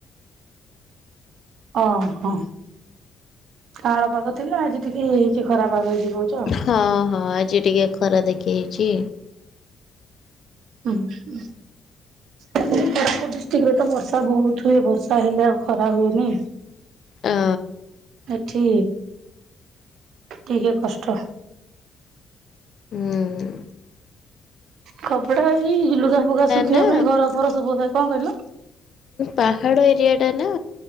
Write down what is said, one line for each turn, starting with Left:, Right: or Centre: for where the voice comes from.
Right: ଓ ହଁ କାଆଁଳ ପାଗ ଥିଲା ଆଜି ଟିକେ ହେଇଛି ଖରା ପାଗ ହେଇଛି। କହୁଛ ଆଉ।
Left: ହଁ ହଁ ଆଜି ଟିକେ ଖରା ଦେଖେଇଛି।
Right: ଉଁହୁଁ। କୋରାପୁଟ ଡିଷ୍ଟ୍ରିକ୍ଟରେ ତ ବର୍ଷା ବହୁତ ହୁଏ ବର୍ଷା ହେଲେ ଆଉ ଖରା ହୁଏନି?
Left: ଅ
Right: ଏଠି ଟିକେ କଷ୍ଟ।
Left: ହୁଁଉଁ।
Right: କପଡା ଏଇ ଲୁଗା ଫୁଗା ଶୁଖିବା
Left: ନା
Right: ବା ପାଇଁ ଘର ଫର ସବୁ ଓଦା କଣ କହିଲ?
Left: ପାହାଡ଼ ଏରିଆ ଟା ନା।